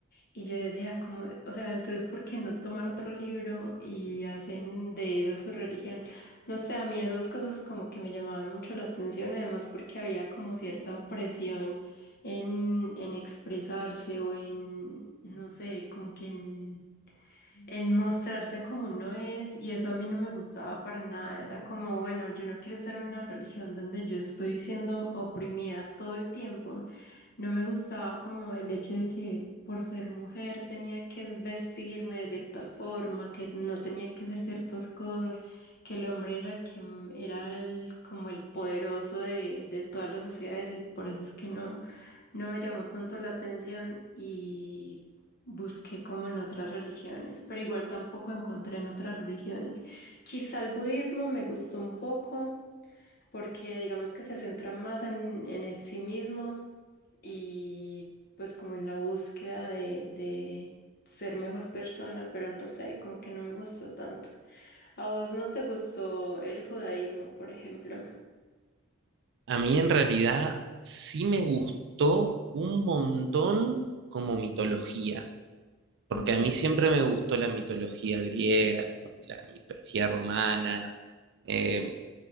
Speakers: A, on the left; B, on the right.
A: y yo decía como, o sea, entonces, ¿por qué no toman otro libro y hacen de eso su religión? No sé, a mí esas cosas como que me llamaban mucho la atención, además porque había como cierta opresión en, en expresarse o en, no sé, como que en en mostrarse como uno es, y eso a mí no me gustaba para nada. Era como, bueno, yo no quiero estar en una religión donde yo estoy siendo oprimida todo el tiempo. No me gustaba como el hecho de que por ser mujer tenía que vestirme de cierta forma, que no tenía que hacer ciertas cosas, que el hombre era el que m- era el, como el poderoso de, de todas las sociedades y por eso es que no, no me llamó tanto la atención y busqué como en otras religiones, pero igual tampoco encontré en otras religiones. Quizá el budismo me gustó un poco porque digamos que se centra más en, en el sí mismo y pues como en la búsqueda de, de ser mejor persona, pero no sé, como que no me gustó tanto. ¿A vos no te gustó el judaísmo, por ejemplo?
B: A mí en realidad sí me gustó un montón como mitología, porque
A: Ujú.
B: a mí siempre me gustó la mitología griega, la, la mitología romana. eh,